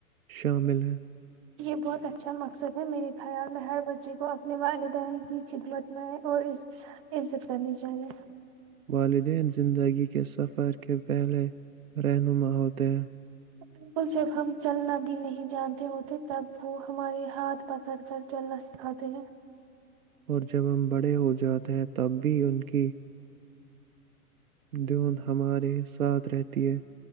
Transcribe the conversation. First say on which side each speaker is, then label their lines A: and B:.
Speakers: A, on the right (about 65°); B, on the right (about 20°).
A: شامل ہے
B: یہ بہت اچھا مقصد ہے میرے خیال میں ہر بچے کو اپنے والدین کی خدمت میں اور عزت کرنی چاہیے
A: والدین زندگی کے سفر کے پہلے رہنما ہوتے ہیں
B: بکل جب ہم چلنا بھی نہیں جانتے ہوتے تب وہ ہمارے ہاتھ پکڑ کر چلنا سکھاتے ہیں
A: اور جب ہم بڑے ہو جاتے ہیں تب بھی ان کی دون ہمارے ساتھ رہتی ہے